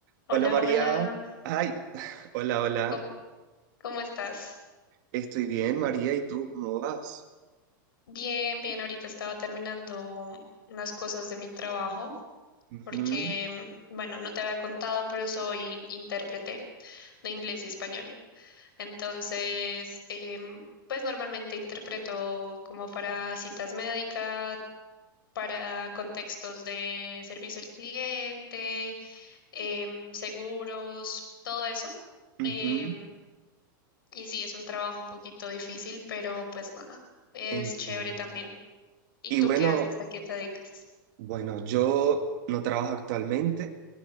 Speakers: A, on the left; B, on the right.
A: Hola,
B: Hola María.
A: hola.
B: Ay, hola, hola.
A: ¿Cómo, cómo estás?
B: Estoy bien, María. ¿Y tú cómo vas?
A: Bien, bien. Ahorita estaba terminando unas cosas de mi trabajo
B: Ujú,
A: porque, bueno, no te había contado, pero soy intérprete de inglés y español. Entonces, em, pues normalmente interpreto como para citas médicas, para contextos de servicio al cliente, em, seguros, todo eso.
B: ujú,
A: Em, Y sí, es un trabajo un poquito difícil, pero pues nada, es
B: Entiendo.
A: chévere también. ¿Y
B: Y
A: tú
B: bueno,
A: qué haces? ¿A qué te dedicas?
B: bueno, yo no trabajo actualmente.